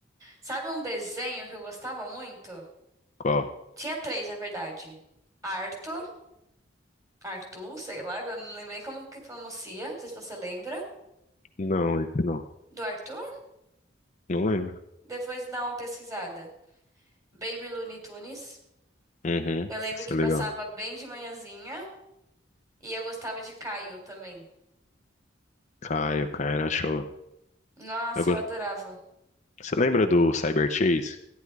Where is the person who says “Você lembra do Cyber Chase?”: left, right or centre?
Left